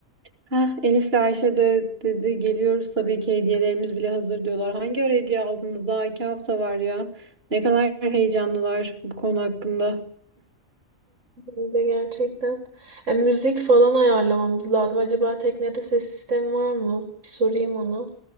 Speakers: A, on the right; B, on the right.
A: Heh, Elif'le Ayşe de dedi geliyoruz tabii ki hediyelerimiz bile hazır diyorlar. Hangi ara hediye aldınız? Daha iki hafta var ya. Ne kadar heyecanlılar bu konu hakkında.
B: Öyle gerçekten. E, müzik falan ayarlamamız lazım. Acaba teknede ses sistemi var mı? Bir sorayım onu.